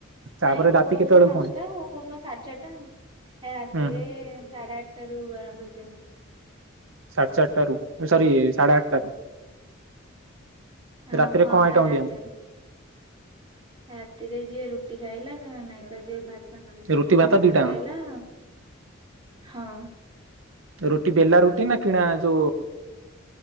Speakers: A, on the right (about 70°); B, on the right (about 25°).
A: ତାପରେ
B: ନାଇଁ କୋଉ
A: ରାତି
B: କୋଉ
A: କେତେବେଳକୁ
B: ଦିନ ପାଞ୍ଚଟା
A: ପୁଣି?
B: କୋଉ କୋଉଦିନ ସାଢେ ଚାରିଟା <inaudible> ରାତିରେ
A: ହୁଁ ହୁଁ
B: ସାଢେ ଆଠଟାରୁ ଆରମ୍ଭ ହେଇଯାଏ।
A: ସାଢ଼େ ଚାରିଟାରୁ। ଓ ସରି ସାଢ଼େ ଆଠଟାରୁ।
B: ହ
A: ରାତିରେ
B: ହଁ
A: କଣ ଆଇଟମ
B: ସାଢ଼େ ଆଠଟାରେ।
A: ଦିଅନ୍ତି
B: ରାତିରେ ଯିଏ ରୁଟି ଖାଇଲା ନାଇଁ ତ ଯିଏ ଭାତ୍।
A: ରୁଟି
B: ଭାତ
A: ଦିଟାଙ୍କ
B: ଖାଇଲା ହଁ
A: ରୁଟି ବେଲା ରୁଟି ନା କିଣା ଯଉ